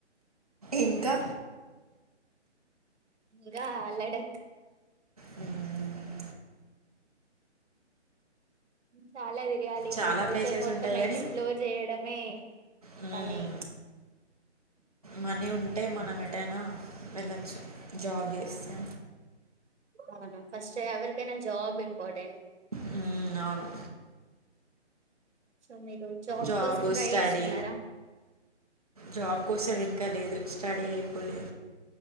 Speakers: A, on the right (about 35°); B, on the right (about 70°).
A: ఇంకా
B: ఇంగా లడక్
A: హ్మ్.
B: చాలా జె యాలి ఇంగా
A: చాలా
B: ఫ్యూచర్
A: ప్లేసెస్
B: మొత్తం.
A: ఉంటాయి కానీ
B: ఎక్స్ప్లోర్ చేయడమే
A: హ్మ్,
B: పని.
A: మనీ ఉంటే మనం ఎటైనా వెళ్ళచ్చు. జాబ్ చేసే.
B: అవును ఫస్ట్ ఎవరికైనా జాబ్ ఇంపార్టెంట్.
A: హ్మ్, అవును
B: సో మీరు
A: జాబ్,
B: కోసం ట్రై
A: స్టడీ.
B: చేస్తున్నారా
A: జాబ్ కోసం ఇంకా లేదు స్టడీ అయిప్ పోలే